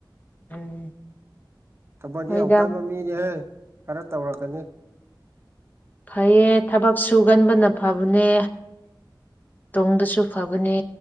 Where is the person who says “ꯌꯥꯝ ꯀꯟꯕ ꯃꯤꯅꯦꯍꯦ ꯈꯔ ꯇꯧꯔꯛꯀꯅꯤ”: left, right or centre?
Right